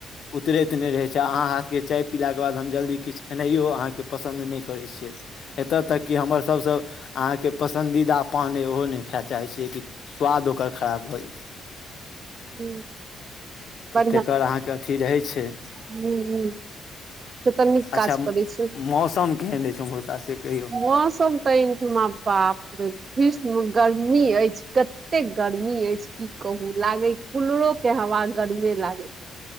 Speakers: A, on the left; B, on the right.
A: उतरैत न नहि रहै छै अहाँ हाथ के चाय पीला के बाद हम जल्दी किछु खेनाइयो अहाँ के पसन्द नहि करै छियै एतय तक कि हमर सभसँ अहाँके पसन्दीदा पान अइ ओहो नहि खाय चाहैत छी कि स्वाद ओकर खराब भऽ जेतैय
B: ह बढ़िआँ
A: त तेकर आहाँ क अथी रहै छै
B: ह ह से तऽ नीक काज
A: अच्छा
B: कर छी
A: मौसम केहन अछि ओम्हुरका से कहियौ
B: मौसम तऽ एहि ठुमा बाप रे विष्म गर्मी अछि कते गर्मी अछि की कहू लागे कूलरो के हमरा बड गरबे लागे छै